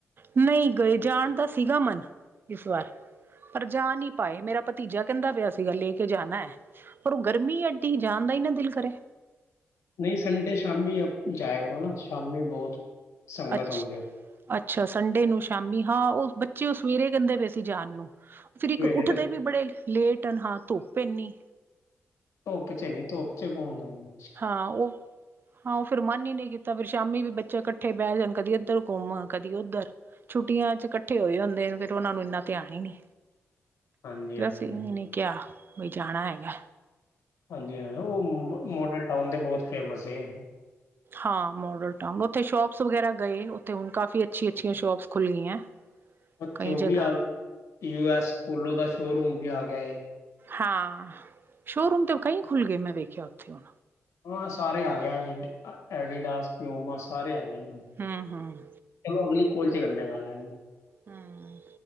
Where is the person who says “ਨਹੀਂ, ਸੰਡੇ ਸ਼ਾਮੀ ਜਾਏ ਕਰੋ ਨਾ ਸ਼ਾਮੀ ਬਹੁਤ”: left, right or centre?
Left